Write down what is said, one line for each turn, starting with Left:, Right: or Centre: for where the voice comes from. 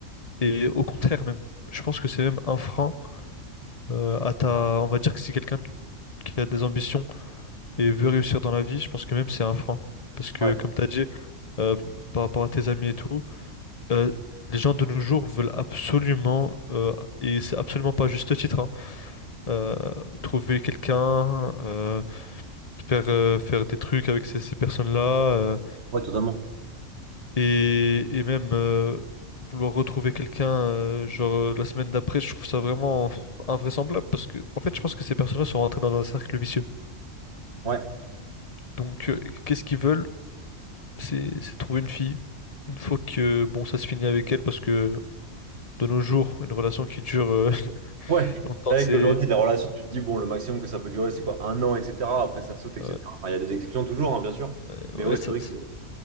Left: Et au contraire, même. Je pense que c'est même un frein euh, à ta... On va dire que si quelqu'un qui a des ambitions et veut réussir dans la vie, je pense que même c'est un frein. Parce que,
Right: ouais,
Left: comme tu as dit, euh, par rapport à tes amis et tout. euh, les gens de nos jours veulent absolument, euh, et c'est absolument pas à juste titre, hein, euh, trouver quelqu'un, euh, faire, euh, faire des trucs avec ces, ces personnes-là, euh,
Right: ouais, totalement.
Left: et, et même euh, vouloir retrouver quelqu'un, euh, genre euh, la semaine d'après, je trouve ça vraiment invraisemblable parce que, en fait, je pense que ces personnes-là sont rentrées dans un cercle vicieux.
Right: Ouais.
Left: Donc, euh, qu'est-ce qu'ils veulent? C'est, c'est trouver une fille. Une fois que, bon, ça se finit avec elle parce que de nos jours, une relation qui dure euh,
Right: Ouais,
Left: <laughs> longtemps,
Right: c'est vrai
Left: c'est.
Right: qu'aujourd'hui, la relation, tu te dis, bon, le maximum que ça peut durer, c'est quoi? Un an, etc. Après, ça saute, etc.
Left: euh,
Right: Enfin, il y a des exceptions toujours, hein, bien sûr.
Left: Euh,
Right: Mais
Left: Ouais,
Right: ouais,
Left: ça-
Right: c'est vrai que.